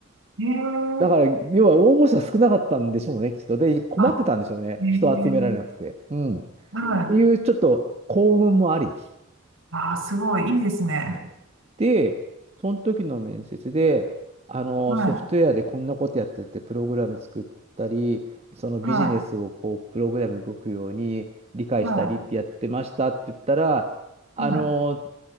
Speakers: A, on the right; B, on the right.
A: い。ええ、
B: だから、要は応募者少なかったんでしょうね、きっと。で、困ってたんでしょうね。
A: あ、ええ、
B: 人集められなくて。うん。っ
A: はい。
B: ていう、ちょっと幸運もあり。
A: ああ、すごい、いいですね。
B: で、その時の面接で、あの、
A: はい、
B: ソフトウェアでこんなことやってて、プログラム作ったり、そのビジネスをこう、
A: はい、
B: プログラム動くように理解したりってやってましたって言ったら、
A: は
B: あの
A: い、はい。